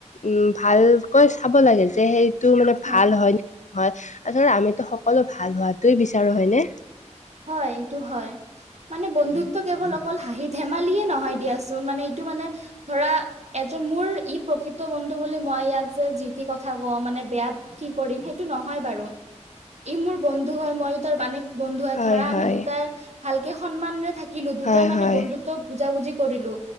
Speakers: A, on the left; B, on the right.
A: উম ভালকৈ চাব লাগে। যে সেইটো মানে
B: হয়
A: ভাল হয়নে হয়৷ আচলতে আমিতো সকলো ভাল হোৱাটোই বিচাৰোঁ হয়নে?
B: হয়, এইটো হয়৷ মানে বন্ধুত্ব কেৱল অকল হাঁহি ধেমালিয়ে নহয় দিয়াচোন, মানে এইটো মানে ধৰা এজন মোৰ ই প্ৰকৃত বন্ধু বুলি মই ইয়াক যে যি তি কথা ক'ম মানে বেয়া কি কৰিম সেইটো নহয় বাৰু। ই মোৰ বন্ধু হয় ময়ো তাৰ মানেক বন্ধু হয়
A: হয়
B: ধৰা আমি
A: হয়
B: দুটাই ভালকে সন্মানৰে থাকিলোঁ, দুটাই
A: হয়
B: মানে
A: হয়
B: বন্ধুত ত' বুজা বুজি কৰিলোঁ,